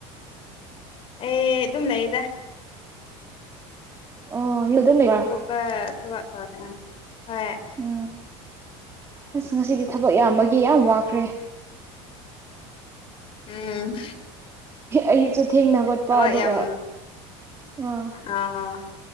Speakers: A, on the left; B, on the right.
A: ꯑꯦ ꯑꯗꯨꯝ ꯂꯩꯌꯦꯗ
B: ꯑꯣ ꯌꯨꯝ ꯑꯗꯨꯝ ꯂꯩꯕ꯭ꯔꯣ
A: <unintelligible> ꯍꯣꯏ
B: ꯎꯝ ꯑꯁ ꯉꯁꯤꯗꯤ ꯊꯕꯛ ꯌꯥꯝꯕꯒꯤ ꯌꯥꯝ ꯋꯥꯈ꯭ꯔꯦ
A: ꯎꯝ
B: ꯑꯌꯨꯛꯁꯨ ꯊꯦꯡꯅ ꯍꯧꯒꯠꯄ
A: ꯊꯕꯛ
B: ꯑꯗꯨꯒ
A: ꯌꯥꯝ
B: ꯑꯥ
A: ꯑꯥ